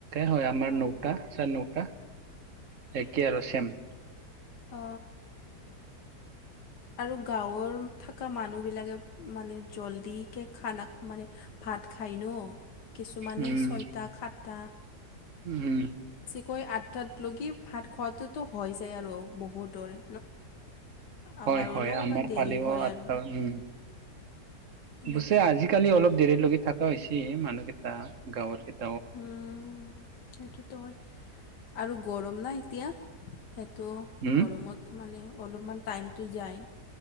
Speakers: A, on the right (about 50°); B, on the left (about 80°).
A: হয় আমাৰ
B: অঁ
A: ন'টা চাৰে ন'টা একে আৰু চেম।
B: অ। আৰু গাঁৱৰ থকা মানুহবিলাকে মানে জল্দিকে খানা মানে ভাত খায় ন, কিছুমানে
A: উম
B: ছয়টা সাতটা
A: উম।
B: কৈ আঠটাত লৈকে ভাত খোৱাটোতো হৈ যায় আৰু। বহুতৰে আমাৰ
A: হয়, হয়
B: অলপমান
A: আমাৰ
B: দেৰি
A: ফালিও
B: হয়
A: আঠটা
B: আৰু
A: উম,
B: এনেকা
A: পিছে আজিকালি অলপ দেৰি লগি থকা হৈছে মানুহকেইটা, গাঁৱৰ কেইটা
B: উম সেইটোতো হয় আৰু গৰম নাই এতিয়া। তো
A: উম
B: গৰমত মানে অলপমান টাইমটো যায়।